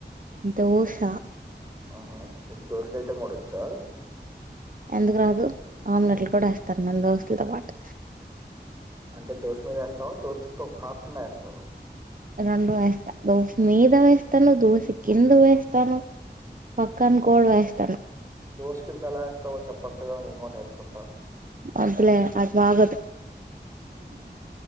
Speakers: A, on the right; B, on the right.
A: దోశ
B: ఆహ మీకు దోశ లేయటం కూడా వచ్చా
A: ఎందుకు రాదు ఆమ్లెట్లు కూడా వేస్తాను మేన దోశలతో పాటు
B: అంటే దోశ మీద వస్తావా దోశతో కాకుండా ఏస్తావా
A: రెండు వేస్తా దోస మీద వేస్తాను దోసి కింద వేస్తతాను
B: ఆహా
A: పక్కను కూడ్ వేస్తాను
B: దోశ కింద ఎలా ఇస్తావో చెప్పచ్చుకా నేను కూడా నేర్చుకుంటా
A: వద్దులే అది బాగోదు